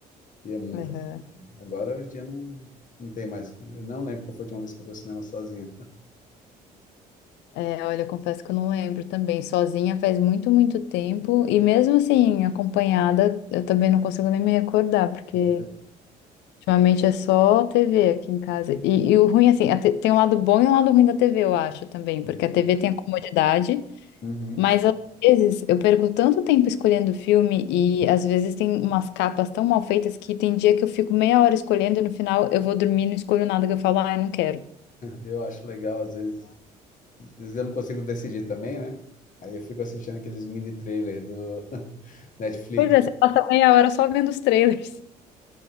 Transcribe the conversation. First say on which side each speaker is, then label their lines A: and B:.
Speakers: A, on the left (about 40°); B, on the left (about 60°).
A: E é muito
B: Aham.
A: assim. né? Agora, hoje em dia, não, não tem mais. Eu não lembro qual foi a última vez que eu fui ao cinema sozinho.
B: É, olha, eu confesso que eu não lembro também. Sozinha faz muito, muito tempo. E mesmo assim, acompanhada, eu também não consigo nem me recordar, porque
A: É.
B: Ultimamente é só TV aqui em casa. E, e o ruim, assim, a te- tem um lado bom e um lado ruim da TV, eu acho também,
A: Uhum.
B: porque a TV tem a comodidade,
A: Uhum.
B: mas às vezes eu perco tanto tempo escolhendo filme e às vezes tem umas capas tão mal feitas que tem dia que eu fico meia hora escolhendo e no final eu vou dormir e não escolho nada que eu falo, ah, eu não quero.
A: Eu acho legal, às vezes, às vezes eu não consigo decidir também, né? Aí eu fico assistindo aqueles mini trailers do <laughs> Netflix.
B: Pois é, você passa meia hora só vendo os trailers.